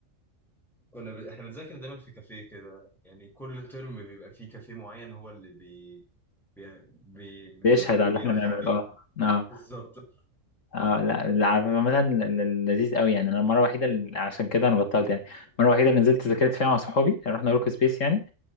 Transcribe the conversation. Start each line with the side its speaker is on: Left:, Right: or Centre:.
Centre: كنا ب... احنا بنذاكر دايما في كافيه كده يعني كل ترم بيبقى فيه كافيه معين هو اللي بي... بي... بي...
Left: بيشهد
Centre: بي...
Left: على
Centre: بيرحب
Left: اللي احنا بنعمله
Centre: بينا
Left: اه اه
Centre: بالظبط <laughs>
Left: اه لا لا عامة ل- ل- لذيذ قوي يعني انا المرة الوحيدة اللي- عشان كده انا بطلت يعني المرة الوحيدة اللي نزلت ذاكرت فيها مع صحابي رحنا ورك سبيس يعني